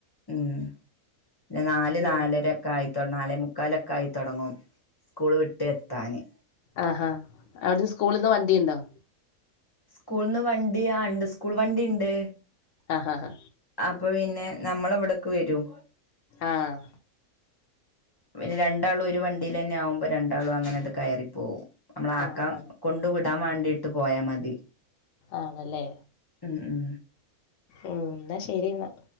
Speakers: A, on the left; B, on the left.
A: ഉം പിന്നെ നാല്
B: ഉം
A: നാലര ക്കെ ആയിതൊ നാലേ മുക്കാലൊക്കെ ആയിത്തൊടങ്ങും സ്കൂള് വിട്ട് എത്താന്
B: ആഹ് ഹ അവിടന്ന് സ്കൂളിന്ന് വണ്ടിണ്ടോ
A: സ്കൂൾന്ന് വണ്ടി ആ ഇണ്ട് സ്കൂൾ വണ്ടിണ്ട്.
B: ആഹ് ഹ
A: അപ്പൊ പിന്നെ നമ്മള ഇവിടക്ക് വരും.
B: ആഹ്.
A: പിന്നെ രണ്ടാളും ഒരു വണ്ടീലെന്നെ ആവുമ്പോ രണ്ടാളും അങ്ങനേണ്ട് കയറിപ്പോവും. നമ്മള ആക്കാ.
B: ആഹ്
A: കൊണ്ടു വിടാൻ വാണ്ടിയിട്ട് പോയാ മതി.
B: ആണ്ല്ലേ.
A: ഉം ഉം
B: ഉ ന്നാ ശരി ന്നാ.